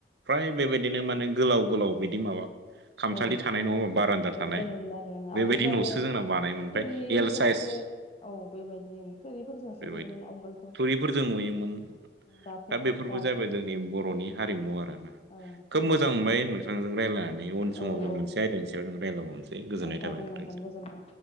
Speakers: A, on the right; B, on the left.
A: फ्राय बेबायदिनो माने गोलाव गोलाव बिदि माबा खामसालि
B: औ
A: थानाय नङा होमबा बारान्दा थानाय
B: औ जायोमोन
A: बेबायदि
B: आवगोलथ' आरो
A: न'सो जोंना बानायोमोन ओमफ्राय
B: थोरिसोमसो
A: एल साइस
B: औ बेबायदि थोरिफोरजोंसो
A: बेबायदि
B: लुयोमोन आवगोलथ'।
A: थुरिफोरजों नुयोमोन
B: दाथ'
A: दा बेफोरबो
B: दासो
A: जाबाय जोंनि बर'नि हारिमु आरो ना
B: ओं
A: खोब
B: थोरिजों
A: मोजां मोनबाय
B: लुनाय
A: नोंथांजों रायज्लायनानै उन समाव
B: औ
A: जों
B: औ
A: मोनसे <unintelligible>
B: जागोन
A: थाबाय नोंथांसिम
B: नोंथां गोजोन्थों।